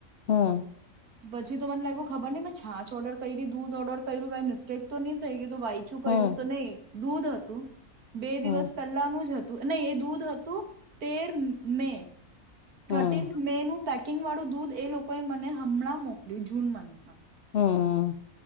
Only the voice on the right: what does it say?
પછી તો મને લાગ્યું ખબર ની મેં છાછ ઓર્ડર કેયરી દૂધ ઓર્ડર કર્યું કઈ મિસ્ટેક તો નહી થઈ ગઈ વાઈચું કર્યું
તો નહી દૂધ હતું બે
દિવસ પહેલાનું જ હતું ન એ દૂધ હતું તેર મે થર્ટીન્થ
મે નું પેકિંગ વાળું દૂધ એ લોકોએ મને હમણાં મોકલ્યું જૂન મંથમાં